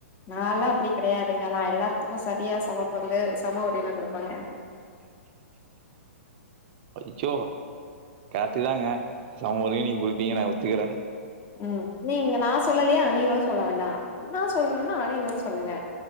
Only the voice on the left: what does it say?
நாலா அப்டி கெடையாதுங்க நா எல்லாத்துக்கு சரியா சமப்பங்க சமா வரைனா கூடோ ப
ம் நீங்க நா சொல்லலியா நீங்க வந்துஸ் சொல்ல வேண்டா நா சொல்றன்னா அதே நீங்களு சொல்லுங்க